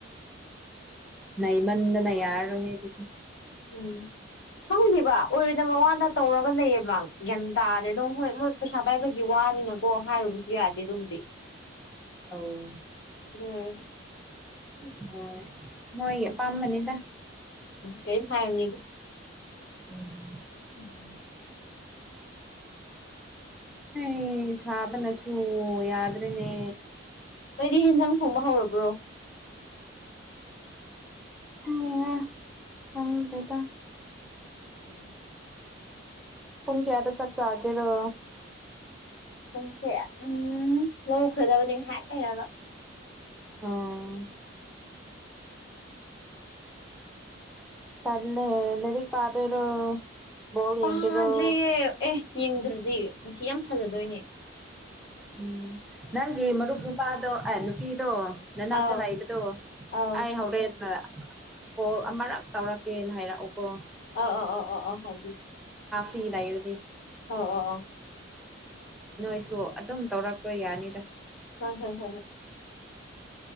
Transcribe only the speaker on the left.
ꯎꯝ ꯈꯪꯗꯦꯕ ꯑꯣꯏꯔꯣꯏꯗꯕ ꯋꯥꯗ ꯇꯧꯔꯒ ꯂꯩꯌꯦꯕ ꯒ꯭ꯌꯥꯟ ꯇꯗꯦ ꯑꯗꯣ ꯍꯣꯏ ꯃꯣꯏ ꯄꯩꯁꯥ ꯄꯥꯏꯕꯒꯤ ꯋꯥ ꯅꯤꯅꯀꯣ ꯍꯥꯏꯔꯨꯕꯁꯨ ꯌꯥꯗꯦ ꯑꯗꯨꯕꯨꯗꯤ
<unintelligible>
ꯀꯔꯤꯝ ꯍꯥꯏꯔꯨꯅꯤꯒ
ꯎꯝ
ꯀꯔꯤ ꯏꯟꯖꯥꯡ ꯊꯣꯡꯕ ꯍꯧꯔꯕ꯭ꯔꯣ
ꯎꯝ
ꯄꯨꯡꯁꯦ ꯎꯝ ꯂꯧꯈ꯭ꯔꯗꯕꯅꯤ ꯉꯥꯏꯍꯥꯛ ꯂꯩꯔꯒ
ꯄꯥꯗ꯭ꯔꯦ
ꯑꯦ ꯌꯦꯡꯗ꯭ꯔꯗꯤ ꯉꯁꯤ ꯌꯥꯝ ꯐꯖꯗꯣꯏꯅꯦ
ꯑꯥꯎ
ꯑꯥꯎ
ꯑ ꯑ ꯑ ꯑꯣ ꯍꯥꯏꯕꯤ
ꯑꯣ ꯑꯣ ꯑꯣ
ꯍꯣꯏ ꯍꯣꯏ ꯍꯣꯏ